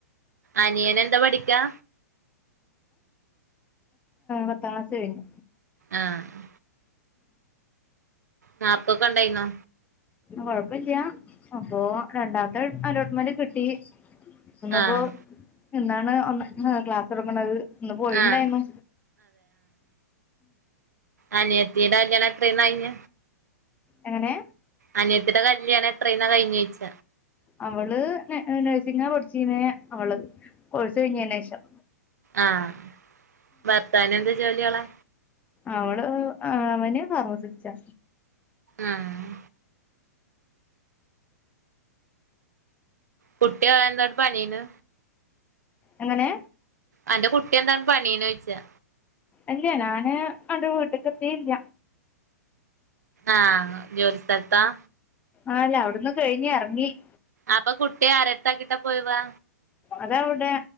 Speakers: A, on the right (about 75°); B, on the left (about 15°).
A: അനിയനന്താ പഠിക്കാ?
B: പത്താം ക്ലാസ് കഴിഞ്ഞു
A: ആഹ് നാപ്പൊക്കെ ഉണ്ടായിന്നോ
B: കൊഴപ്പില്ല അപ്പൊ രണ്ടാമത്തെ അലോട്ട്മെന്റ് കിട്ടി. ഒന്നപ്പോ
A: ആഹ്
B: എന്താണ് ഒന്ന് ക്ലാസ് എടുക്കണത് ഇന്ന് പോയിണ്ടായിരുന്നു
A: ആഹ് അനിയത്തീടെ കല്യാണം എത്രയ്ന്ന കഴിഞ്ഞ
B: എങ്ങനെ?
A: അനിയത്തിടെ കല്യാണം എത്രയ്ന്നാ കഴിഞ്ഞഞ്ഴച്ച
B: അവള് നെ നേഴ്സിങ്ങാ പഠിച്ചിന്നേ അവള് കോഴ്സ് കഴിഞ്ഞയ്ന് ശേഷം.
A: ആഹ് ഭർത്താവിന് എന്താ ജോലിയളാ?
B: അവള് അവന് ഫാർമസിസ്റ്റാ
A: ആഹ് കുട്ടിയ എന്തോണ്ട് പനീന്ന്
B: എങ്ങനെ?
A: അന്റെ കുട്ടി എന്താണ് പനിന്ന് ചോയ്ച
B: ഇല്ല ഞാന് അന്റെ വീട്ടക്ക എത്തി ഇല്ല
A: ആഹ് ജോലി സ്ഥലത്താ-
B: ആല്ല അവിടുന്ന് കഴിഞ്ഞി എറങ്ങി-
A: അപ്പൊ കുട്ടിയ ആരടുത്ത ആക്കിട്ടാ പോയിവാ
B: അതവിടെ